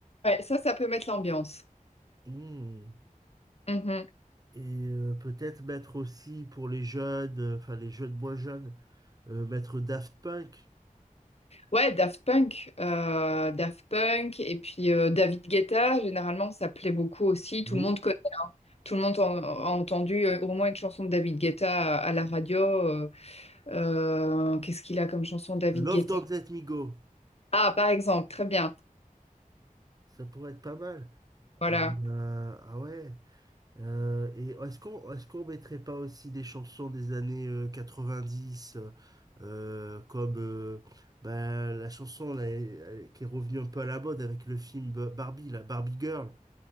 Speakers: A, on the left (about 45°); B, on the right (about 25°).
A: ouais, ça, ça peut mettre l'ambiance.
B: Hmm.
A: Mhm.
B: Et euh, peut-être mettre aussi pour les jeunes, euh, enfin les jeunes moins jeunes, euh, mettre Daft Punk.
A: Ouais, Daft Punk, euh, Daft Punk, et puis euh, David Guetta, généralement, ça plaît beaucoup aussi. Tout
B: Mais
A: le
B: oui,
A: monde, connaît, tout le monde en- a entendu euh, au moins une chanson de David Guetta à, à la radio. euh, euh, qu'est-ce qu'il a comme chanson, David
B: Love
A: Guetta?
B: Don't Let Me Go.
A: Ah, par exemple, très bien.
B: Ça pourrait être pas mal.
A: Voilà.
B: Euh, ah ouais. Euh, et est-ce qu'on est-ce qu'on mettrait pas aussi des chansons des années euh, 90 euh, euh, comme euh, bah, la chanson là, elle- elle- qui est revenue un peu à la mode avec le film Ba- Barbie, la Barbie Girl.